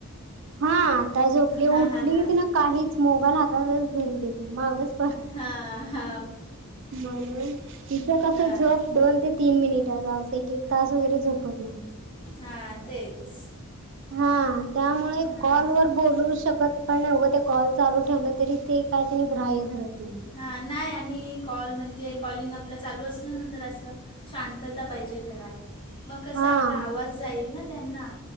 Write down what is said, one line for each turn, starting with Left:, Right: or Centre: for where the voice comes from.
Right: हा आता झोपली उठली
Left: हां हां हां
Right: ना काहीच मोबाईल हातातच धरू देत नाही मागच
Left: हा हा
Right: मण <unintelligible> तिचं कसं
Left: हां
Right: झोप दोन ते तीन मिनिटा जास एक एक तास वगैरे झोपत नाही.
Left: हा तेच
Right: हा त्यामुळे
Left: हां
Right: कॉल वर बोलू शकत पण नाही उगं ते कॉल चालू ठेवलं तरी ते काय तनी ग्राह्य धरत नाही.
Left: हा नाही आणि कॉल म्हणजे कॉलिंग आपलं चालू असलं ना तर असं शांतता पाहिजे घरात मग कसं
Right: हा
Left: आपला आवाज जाईल ना त्यांना